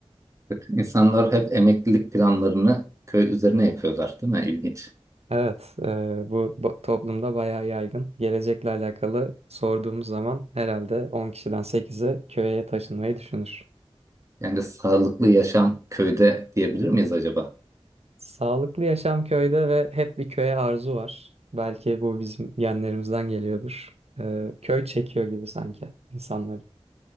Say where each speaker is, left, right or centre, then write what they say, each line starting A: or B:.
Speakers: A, on the right; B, on the right.
A: İnsanlar hep emeklilik planlarını köy üzerine yapıyorlar, değil mi? İlginç.
B: Evet, e, bu ba- toplumda bayağı yaygın. Gelecekle alakalı sorduğumuz zaman herhalde 10 kişiden sekizi köye taşınmayı düşünür.
A: Yani sağlıklı yaşam köyde diyebilir miyiz acaba?
B: Sağlıklı yaşam köyde ve hep bir köye arzu var. Belki bu bizim genlerimizden geliyordur. Ee, köy çekiyor gibi sanki insanları.